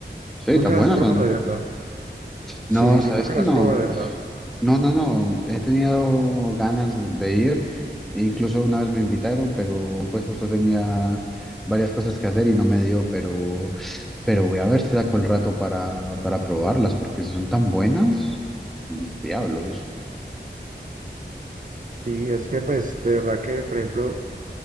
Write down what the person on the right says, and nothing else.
Nunca
las has probado
de verdad.
Sí, sí,
sí, nunca
las
has probado de verdad.
sí es que, pues, de verdad que, por ejemplo,